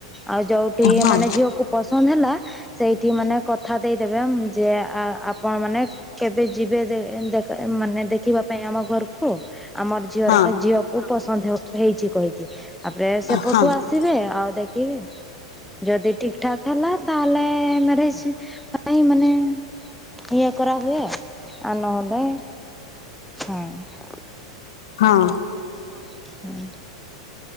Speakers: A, in the centre; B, on the left.
A: ଆଉ ଯୋଉଠି
B: ହଁ
A: ମାନେ ଝିଅକୁ ପସନ୍ଦ ହେଲା ସେଇଠି ମାନେ କଥା ଦେଇଦେବେ ଉଁ ଯେ ଆ ଆପଣ ମାନେ କେବେ ଯିବେ ଦେ ଦେଖ ମାନେ ଦେଖିବା ପାଇଁ ଆମ ଘରକୁ? ଆମର ଝିଅର
B: ହଁ
A: ଝିଅକୁ ପସନ୍ଦ ହୋ ହେଇଛି କହିକି ଆପରେ ସେପଟୁ
B: ହଁ
A: ଆସି ସିବେ ଆଉ ଦେଖିବେ। ଯଦି ଠିକଠାକ ହେଲା ତାହେଲେ ମ୍ୟାରେଜ୍ ପାଇଁ ମାନେ ଏୟା କାର ହୁଏ ଆଉ ନହଲେ ହଁ
B: ହଁ।
A: ହୁଁ।